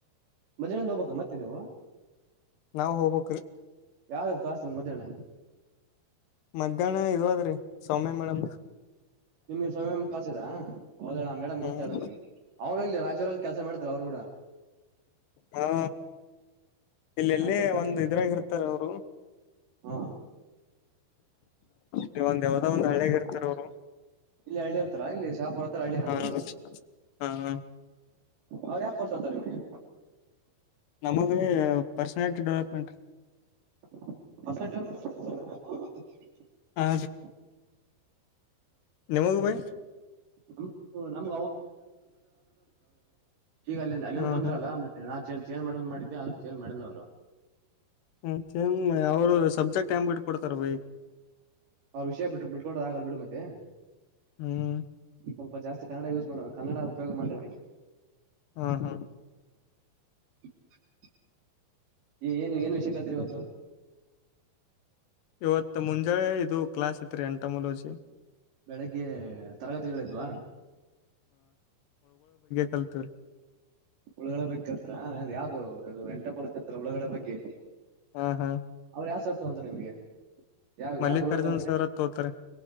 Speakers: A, on the right; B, on the left.
A: ಮಧದ್ಯಾಹ್ನದಿಂದ ಹೋಗ್ಬಬೇಕ ಮತ್ತೆ ನೀವು
B: ನಾವ್ ಹೋಗ್ಬೇಕ್ರಿ
A: ಯಾವಾದ ಕ್ಲಾಸ ಮಧ್ಯಾಹ್ನ.
B: ಮಧ್ಯಾಹ್ನ ಇದು ಅದ್ರಿ ಸೌಮ್ಯ ಮೇಡಮ್.
A: ನಿಮ್ಗೆ ಸ್ವಯಂ ಕ್ಲಾಸ್ ಆದ ಹೌದ ಆ ಮೇಡಮ್
B: ಹ್ಮ್
A: ಗೊತ್ತು ಹೇಳು ನನಗೆ. ರಾಯಚೂರಲ್ ಕೆಲಸ ಮಾಡ್ತಿದ್ದೆ ಅವರು ಗೂಡ.
B: ಹಾ ಇಲ್ಲೆಲ್ಲೇ
A: ರಾಯಚೂರ್ ಕೆಲ್ಸ
B: ಒಂದ ಇದ್ರಾಗಿರ್ತಾರ ಅವರು.
A: ಹಾ.
B: ನೀ ಒಂದ ಯಾವ್ದೋ ಒಂದ್ ಹಳ್ಳಿಯಾಗ ಇರ್ತಾರ ಅವರು.
A: ಇಲ್ಲಿ ಹಳ್ಳಿರ್ತಾರ ಇಲ್ಲಿ ಶಾಪುರ ಹತ್ರ ಹಳ್ಳಿ ಅವರದು.
B: ಹಾ ಹಾ ಹಾ
A: ಅವರು ಯಾಕೆ ಕೊಡುಸ್ತಾರೆ ನಿಮಗೆ.
B: ನಮಗೆ ಪರ್ಸನಾಲಿಟಿ ಡೆವಲಪ್ಮೆಂಟ್.
A: <unintelligible>
B: ಹಾ ನಿಮಗ ಭೈ
A: ಹ್ಮ್ <unintelligible> ಈಗ ಅಲ್ಲಿಂದ ಅಲ್ಲಿಂದ
B: ಹಾ
A: ಬಂದ್ರ
B: ಹಾ
A: ಅಲ್ಲ ಮತ್ತೆ ನಾ ಚೇಂಜ್ ಚೇಂಜ್ ಮಾಡರ ಮಾಡಿದ್ದೆ ಅದಕ್ಕೆ ಚೇಂಜ್ ಮಾಡಿಲ್ಲ ಅವರು
B: ಮತ್ತೆ ಚೇಂಜ್ ಅವರು ಸಬ್ಜೆಕ್ಟ್ ಹೆಂಗ್ ಬಿಟ್ ಕೊಡ್ತಾರ ಬೈ
A: ಅವರು ವಿಷಯ ಬಿಟ್ಟ ಬಿಡ್ಕೋದ ಬಿಡ ಮತ್ತೆ
B: ಹ್ಮ್
A: ಸ್ವಲ್ಪ ಜಾಸ್ತಿ ಕನ್ನಡ ಯೂಸ್ ಮಾಡುವ ಕನ್ನಡ ಉಪಯೋಗ ಮಾಡ್ರಿ ನೀವು
B: ಹಾ ಹಾ
A: <unintelligible> ಏ ಏನು ಏನ್ ವಿಷಯ ಕಲ್ತ್ರಿ ಇವತ್ತು
B: ಇವತ್ ಮುಂಜಾಲೆ ಇದು ಕ್ಲಾಸ್ ಇತ್ರಿ ಎಂಟಮೊಲಜಿ
A: ಬೆಳಿಗ್ಗೆ ತರಗತಿಗಳಿದ್ವ?
B: ಕಲ್ತಿವ್ರೀ
A: ಹುಳುಗಳು ಬಗ್ಗೆ ಕಲ್ತ್ರ ಅದ್ ಯಾವ್ದು ಎನ್ತಮೋಲೋಜಿ ಅಂತ ಹುಳುಗಳು ಬಗ್ಗೆ
B: ಹಾ ಹಾ
A: ಅವ್ರ ಯಾವ್ ಸರ್ ತಗೊಂತರ ನಿಮಗೆ ಯಾವ
B: ಮಲ್ಲಿಕಾರ್ಜುನ್
A: ಯಾವ ಗುರುಗಳು ತೊಂತಾರೆ
B: ಸರ್ ತೋತಾರೆ